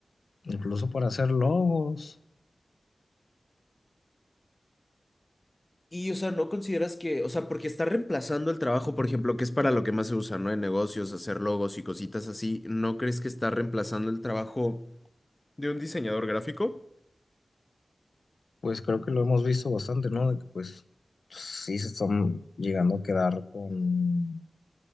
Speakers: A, on the left (about 75°); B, on the left (about 25°).
A: incluso para hacer logos,
B: Y, o sea, ¿no consideras que, o sea, porque está reemplazando el trabajo, por ejemplo, que es para lo que más se usa, ¿no? En negocios, hacer logos y cositas así, ¿no crees que está reemplazando el trabajo de un diseñador gráfico?
A: pues creo que lo hemos visto bastante, ¿no? De que pues sí se están llegando a quedar con